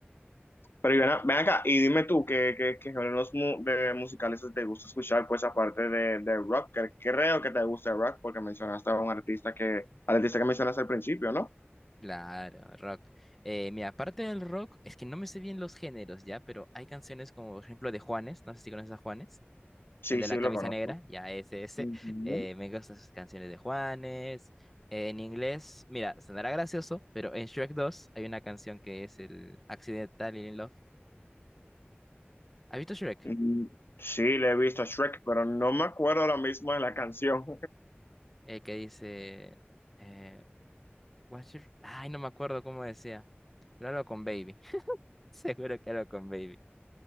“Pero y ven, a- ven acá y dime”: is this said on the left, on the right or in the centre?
Left